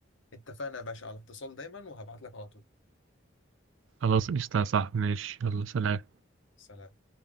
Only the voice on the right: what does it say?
خلاص قشطة يا صاحبي ماشي يلا سلام